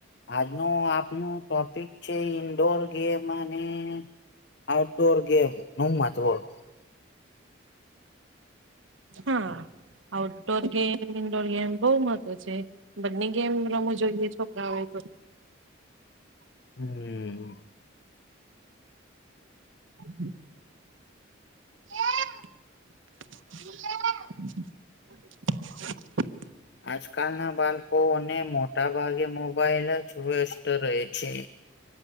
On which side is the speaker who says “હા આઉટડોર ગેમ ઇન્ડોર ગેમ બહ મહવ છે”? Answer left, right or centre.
Right